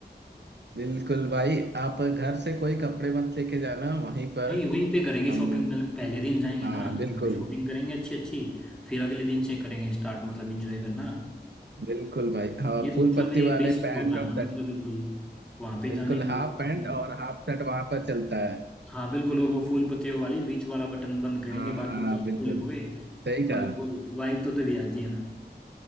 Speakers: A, on the right; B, in the centre.
A: बिल्कुल भाई आप घर से कोई कपड़े मत लेके जाना वहीं पर
B: नहीं वहीं पे करेंगे
A: हम
B: शॉपिंग मतलब पहले दिन जाएंगे
A: हाँ
B: ना तो
A: बिल्कुल
B: वहाँ पे शॉपिंग करेंगे अच्छी अच्छी फिर अगले दिन से करेंगे स्टार्ट मतलब एंजॉय करना
A: बिल्कुल भाई हाँ
B: ये तो
A: फूल
B: मतलब
A: पत्ती
B: ये
A: वाले
B: बेसिक
A: पैंट
B: होता है
A: और
B: ना
A: शर्ट
B: मतलब बिल्कुल वहाँ पे
A: बिल्कुल
B: जाने के
A: हाफ
B: बाद
A: पैंट
B: मतलब
A: और हाफ शर्ट वहां पर चलता है
B: हाँ बिल्कुल और वो फूल पत्तियों वाली बीच वाला बटन बंद करेंगे
A: हाँ
B: बाकी
A: हाँ हाँ
B: सारे
A: बिल्कुल
B: खुले हुए
A: सही कहा
B: मतलब फुल वाइब तो तभी आती है ना